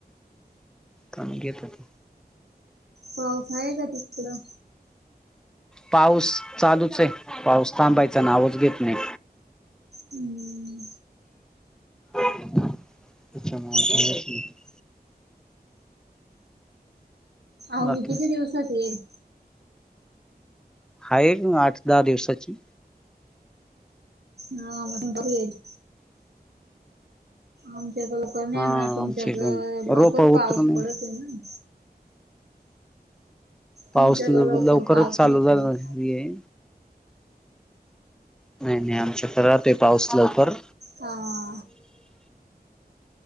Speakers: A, in the centre; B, on the right (about 80°).
A: कमी घेतात.
B: पाऊस आहे का तिकडं?
A: पाऊस चालूच आहे पाऊस थांबायचं नावच घेत नाही.
B: हम्म
A: <unintelligible>
B: अवनी
A: बाकी
B: किती दिवसात येईल?
A: हाये एक आठ-दहा दिवसाची.
B: हा म तुम्ही बरे हेत. आमच्यात कोण नाही
A: हा
B: येनार तुमच्यात
A: आमची
B: लवकर
A: रोप उतरून
B: पाऊस पडतोय ना.
A: पाऊस
B: आमच्याकडं
A: लवकरच
B: लवकर पाऊस
A: चालू
B: नही
A: झाला
B: पडत.
A: हे नाही नाही आमच्याकडं राहतोय पाऊस लवकर
B: हा.